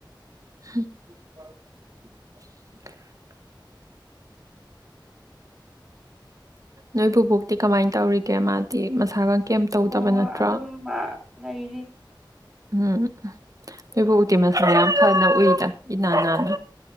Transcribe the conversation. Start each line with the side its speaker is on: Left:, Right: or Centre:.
Right: <unintelligible> ꯅꯣꯏ ꯕꯨꯕꯣꯛꯇꯤ ꯀꯃꯥꯏꯅ ꯇꯧꯔꯤꯒꯦ ꯃꯥꯗꯤ ꯃꯁꯥꯒ ꯀꯦꯝ ꯇꯧꯗꯕ
Centre: ꯍꯣꯏ
Right: ꯅꯠꯇ꯭ꯔꯥ
Centre: ꯑꯗꯨꯝꯕ ꯂꯩꯔꯤ
Right: ꯎꯝ ꯅꯣꯏ ꯕꯨꯕꯣꯛꯇꯤ ꯃꯁꯥ ꯌꯥꯝ ꯐꯅ ꯎꯏꯗ ꯏꯅꯥꯟ ꯅꯥꯟꯅ